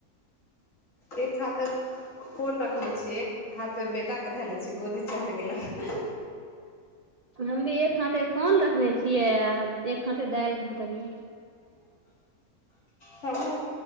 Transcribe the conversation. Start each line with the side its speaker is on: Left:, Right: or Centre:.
Left: एक हाथे फोन रखले छियै एक हाथ बेटाे धए ले छिय गोदी चढ़ गेलैन
Right: हम भी एक हाथे फोन रखने छियै आ एक हाथे दालि हाथभी
Left: हमहूँ